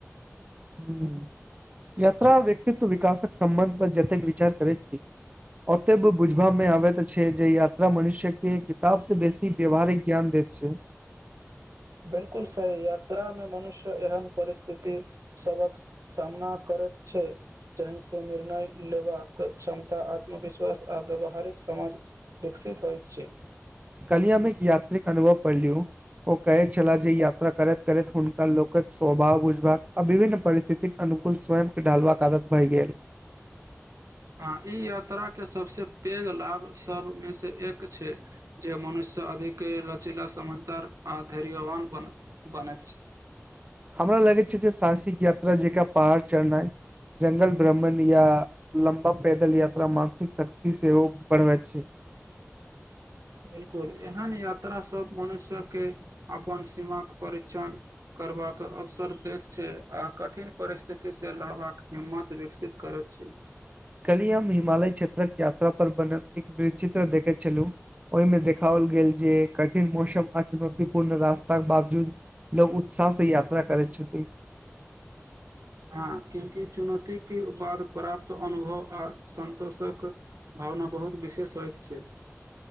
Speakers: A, on the right; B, on the right.
A: हूँ, यात्रा व्यक्तित्व विकासक सम्बन्ध पर जतेक विचार करै छी ओते बुझबामे आबैत छै जे यात्रा मनुष्यके किताबसँ बेसी व्यावहारिक ज्ञान दैत छै
B: बिल्कुल सही यात्रा मे मनुष्य एहन परिस्थिति सबक सामना करैत छै जाहिसँ निर्णय लेबाक क्षमता आत्मविश्वास आ व्यावहारिक समाज विकसित होइत छै
A: कल्हि मे एक यात्रीक अनुभव पलियू ओ कहे छलाह जे यात्रा करैत करैत हुनका लोकक स्वभाव बुझाव आ विभिन्न परिस्थितिक अनुकूल स्वयंके ढालबाक आदत भय गेल
B: हँ ई यात्रा के सबस पैघ लाभ सबमे से एक छै जे मनुष्य अधिक लचीला समझदार आ धैर्यवान बने बने
A: हमरा लगै छै जे साहसिक य पहाड़ चढ़नै जंगल भ्रमण या पैदल यात्रा मानसिक शक्त की सेहो बढ़बैत छै
B: बिल्कुल एहन यात्रास सभ मनुष्यके अपन सीमाक परि्क्षण करबाक अवसर दैत छै आ कठिन परिस्थितिसँ लड़बाक हिम्मत विकसित करैत छै
A: कली हम हिमालय क्षेत्रक यात्रा पर बने एक वि चित्र देखैत छल ओहिमे देखाओल गेल जे कठिन मौसम आ चुनौतीपूर्ण रास्ताक बावजूद लोग उत्साह से यात्रा करैत छथिन
B: हँ क्यूँकि चुनौतीके बाद प्राप्त अनुभव आ सन्तोषक भावना बहुत विशेष होइत छै